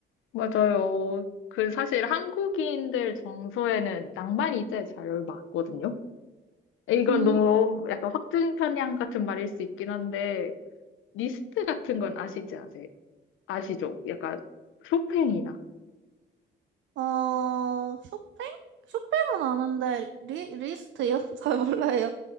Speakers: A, on the left; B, on the right.
A: 맞아요. 그 사실 한국인들 정서에는 낭만이 제일 잘 맞거든요. 이건
B: 음,
A: 너무 약간 확증편향 같은 말일 수 있긴 한데 리스트 같은 건 아시지 아세요? 아시죠? 약간 쇼팽이나
B: 어, 쇼팽? 쇼팽은 아는데, 리, 리스트요? <laughs> 잘 몰라요.